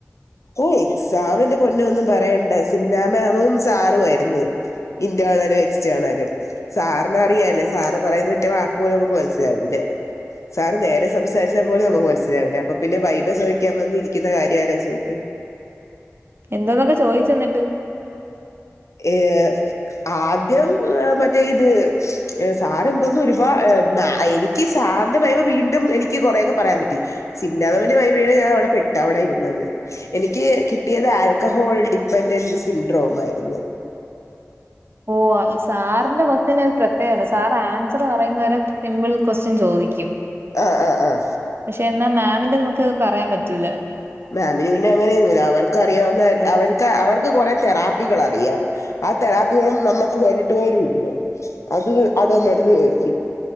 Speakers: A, on the left; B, on the right.
A: ഓഹ് എക്സാമ് ന്റെ പൊന്ന്വോ ഒന്നും പറയണ്ട. സിംനാ മേമും സാറുവായിരുന്ന് ഇൻ്റെണല് എക്സ്റ്റേണല് സാറിന അറിയല്ലേ സാറ് പറയുന്ന ഒറ്റ വാക്ക് പോലും നമുക്ക് മനസ്സിലാവൂല്ല. സാറ് നേരെ സംസാരിച്ചാപോലും നമുക്ക് മനസിലാവില്ല. അപ്പോ പിന്നെ വൈബ ചോദിക്കാൻ വന്നി <unintelligible> കാര്യം ആലോയിച്ചുനോക്ക്.
B: എന്തോക്കൊക്കെ ചോയിച് ഇന്നിട്ട്
A: ഏഹ് ആദ്യം മറ്റേ ഇത് സാറ് എന്തോന്നും ഒരുപാ എനിക്ക് ഇക്ക് <unintelligible> വീണ്ടും എനിക്ക് കെറേയ്ക്കെ പറയാൻ പറ്റി. <unintelligible> വൈവീണ് ഞാൻ അവിടെ പെട്ട് അവിടെ ഇരുന്നത് എനിക്ക് കിട്ടിയത് ആൽക്കഹോൾ ഡിപ്പെൻഡന്റ് സിൻഡ്രോം ആയിരുന്നു
B: ഓഹ് സാറിന്റെ ക്വസ്റ്റ്യന് ഒരു പ്രത്യേകതണ്ട് സാറ് ആൻസർ പറയുന്നവരെ സിമ്പിൾ ക്വസ്റ്റ്യൻ ചോദിക്കും
A: ആഹ ആഹ ആഹ
B: പക്ഷെ എന്നാ മാമിന്റെ നമുക്ക്ത് പറയാൻ പറ്റൂല
A: മാമിന് പിന്നേ അങ്ങനെയൊന്നൂല്ല. അവർക്ക് അറിയാവുന്ന അവര്ക്ക് അവർക്ക് കൊറേ തെറാപ്പികൾ അറിയാം. ആ തെറാപ്പികളും നമ്മുക്ക് കണ്ടിട്ട് പോലും ഇല്ല അത് അത് നമ്മ എടുത്ത് ചോദിക്കും